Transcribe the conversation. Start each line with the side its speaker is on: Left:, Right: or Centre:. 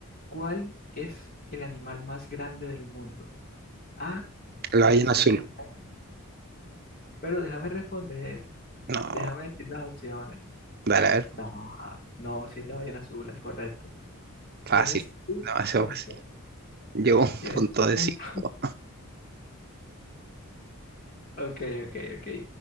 Left: ¿cuál es el animal más grande del mundo? A,
Right: la
Left: elefante
Right: ballena azul.
Left: africano. Pero déjame responder,
Right: No,
Left: déjame decir las opciones.
Right: dale, a ver,
Left: No, no, si es la ballena azul, es correcto.
Right: fácil,
Left: Tienes un
Right: demasiado
Left: punto.
Right: fácil. Llevo un
Left: Tienes
Right: punto de
Left: un...
Right: 5.
Left: <laughs> Ok, ok, ok.